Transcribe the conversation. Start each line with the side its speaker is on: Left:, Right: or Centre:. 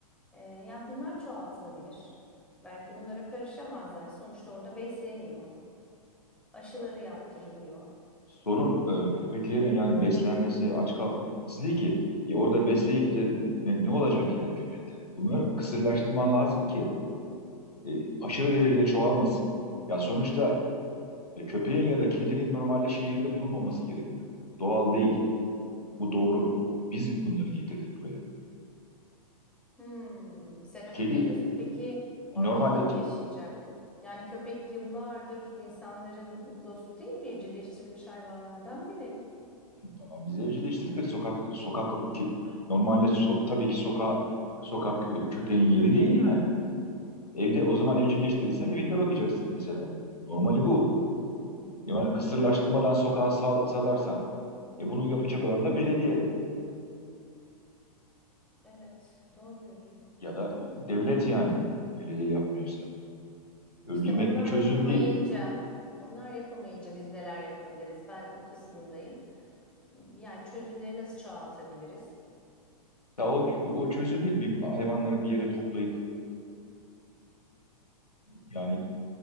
Centre: E, yani bunlar çoğaltılabilir. Belki bunlara karışamazlar. Sonuçta orada besleniyor aşıları
Left: Ya,
Centre: yaptırılıyor.
Left: sorun e, köpeklerin yani beslenmesi, aç kalması değil ki. E, orada besleyip de ne, ne olacak yani köpekler? Bunu kısırlaştırman lazım ki e, aşırı derecede çoğalmasın. Ya sonuçta E, köpeğin ya da kedinin normalde şehirde bulunmaması gerekiyor. Doğal değil. Bu doğru. Biz bunları getirdik buraya.
Centre: Hmm, sen
Left: Kedi
Centre: öyle diyorsun. E Peki ormanda
Left: normalde
Centre: mı yaşayacak? Yani köpek yıllardır insanların dostu değil mi? Evcilleştirilmiş hayvanlardan biri.
Left: tamam biz evcilleştirdik de sokak sokak ki, normalde so- tabii ki sokağa sokak e, köpeğin yeri değil yani. Evde o zaman evcilleştirirsen evinde bakacaksın mesela. Normali bu.
Centre: Hmm,
Left: Ya kısırlaştırmadan
Centre: hmm.
Left: sokağa sal- salarsan e, bunu yapacak olan da belediye
Centre: Evet, doğru diyorsun.
Left: ya da devlet yani. Belediye yapmıyorsa. Öldürmek
Centre: İşte onlar
Left: bir çözüm
Centre: yapamayınca,
Left: değil.
Centre: onlar yapamayınca biz neler yapabiliriz? Ben o kısmındayım. Yani çözümleri nasıl çoğaltabiliriz?
Left: Ya o, o çözüm değil. Bir hayvanları bir yere toplayıp yani